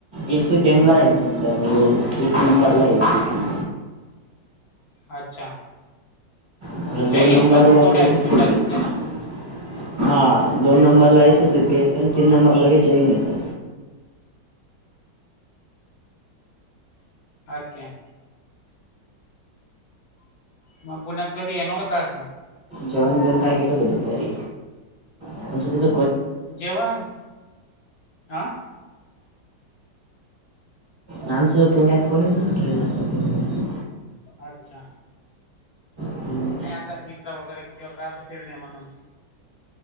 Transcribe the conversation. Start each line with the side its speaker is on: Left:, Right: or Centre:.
Right: ए सी केम ला ये. सध्या म्हणजे एक नंबरला ये ए सी केम
Left: अच्छा
Right: अ
Left: जय
Right: दोन नंबरला
Left: हिंद पण
Right: हाय.
Left: धुळ्या
Right: तेसं सगळीच
Left: धुळ्याचंच आहे ना
Right: हा दोन नंबरला S S C P S, तीन नंबरला लगेच जैन येतं.
Left: ओके म पुण्यात कधी येणारव काय असं
Right: जेवण बीवण काय केलं होत दुपारी, आपण स्वतःच
Left: जेवण आं
Right: आमचं पुण्यात कोणी नाय म्हटलं जास्त करूनं
Left: अच्छा
Right: हम्म.
Left: नाय असं मित्र वगैरे, किंवा काय असं फिरणे म्हणून